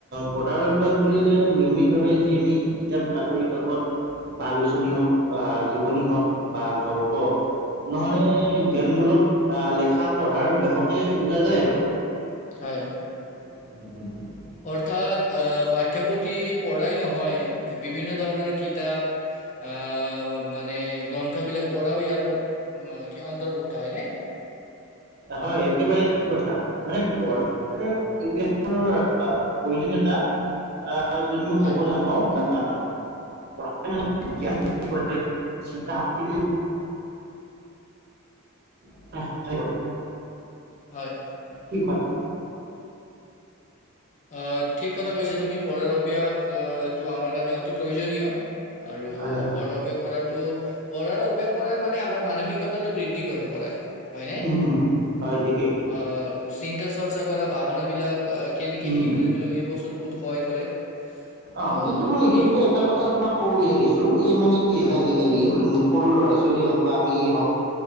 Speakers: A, on the right (about 45°); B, on the left (about 35°).
A: পঢ়াৰ অভ্যাস বুলিলে নিয়মিতভাৱে যি আমি কিতাপ, বাতৰি-কাকত বা আলোচনী হওঁক, আঃ জীৱনী হওঁক বা গল্প নহ'লে, জ্ঞানমূলক আহ, লেখা পঢ়াৰ দেহকে বুজা যায় আৰু।
B: হয়।
A: <inaudible>
B: অৰ্থাৎ আহ, পাঠ্যপুথি পঢ়াই নহয়, বিভিন্ন ধৰণৰ কিতাপ আহ, মানে গ্ৰন্থবিলাক পঢ়াও ইয়াৰ, মই কি অন্তৰ্ভুক্ত হয়নে?
A: হয়, একেবাৰে ঠিক কথা। মানে <unintelligible> প্ৰয়োজনীয়তা আ, যদি মই
B: হয়
A: ক'ব যাওঁ <unintelligible> চিন্তা শক্তিটো <unintelligible>
B: হয়।
A: কি <inaudible>
B: অ', ঠিক কথা কৈছা তুমি, পঢ়াৰ অভ্যাসটো আমাৰ কাৰণে অতি প্ৰয়োজনীয়। আৰু
A: হয় হয়
B: পৰৱেশ কৰাটো পঢ়াৰ অভ্যাস কৰাই মানে আমাৰ মানসিকতাটো বৃদ্ধি কৰে, পঢ়াই হয়নে?
A: উম উম হয় ঠিকেই
B: অ', চিন্তা চৰ্চা কৰা ভাৱনাবিলাক কেনেকে
A: উম
B: কি কৰিব লাগিব, বস্তুত বহুত সহায় কৰে।
A: অ',
B: ত'
A: কিন্তু মই
B: আমি
A: এইখিনিতে এটা
B: পঢ়-
A: কথা তোমাক ক'ব বিচাৰিছোঁ, এই মানে কি হৈছে
B: হয়
A: আজি <unintelligible> উম, সৰু ল'ৰা-ছোৱালীয়ে হওক বা আমিয়েই হওক